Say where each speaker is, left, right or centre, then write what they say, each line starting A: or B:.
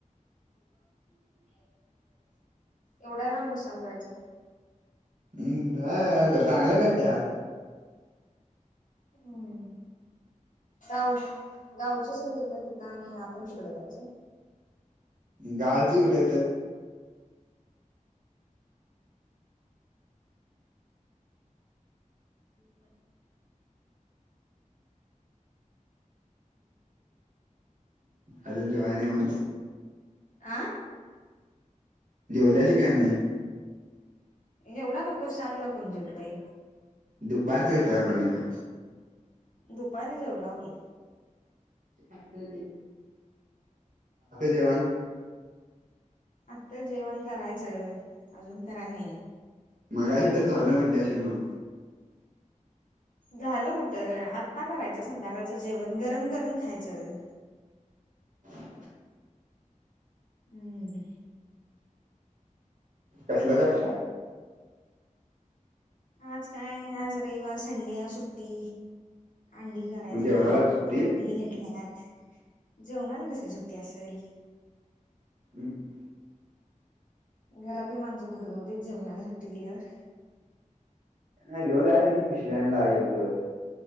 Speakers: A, on the right (about 70°); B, on the left (about 75°).
A: ह <inaudible>
B: एवढ्या लांब कशाला जायचं?
A: हम् ब चांगलं करत्यात.
B: हम्म गाव गावचे सगळे येतात तिथं आणि आपण तिकडे जायचं.
A: गावची कुठे येतात?
B: हम्म <inaudible>
A: अजून जेवाय नाही म्हणस
B: आ
A: जेवल्याशी काय नाही?
B: एवढ्या लवकर सातला कोण जेवतेय?
A: दुपारच विचारलो मी न.
B: दुपारी जेवलाव कि.
A: आता जेवण
B: आत्ता जेवण करायचं अजून कराय नाही.
A: मगाशी तर झालं म्हटल्या शिनो.
B: झाल कुठं आता करायचं संध्याकाळचं जेवण गरम गरम खायचं.
A: ह <inaudible>
B: हम्.
A: कसलं करताय.
B: आज काय आज रविवार, संडे सुट्टी अंडी. करायची
A: मग जेवणाला बी सुट्टी
B: आता अंडी घेटल्यात, जेवणाला कस सुट्टी असेल.
A: हम्म.
B: घरातली माणसं कुठे जाऊ दे जेवणाला सुट्टी दिल्यावर.
A: नाही घेऊन जायचं की पिशल्यां ला एक दिवस.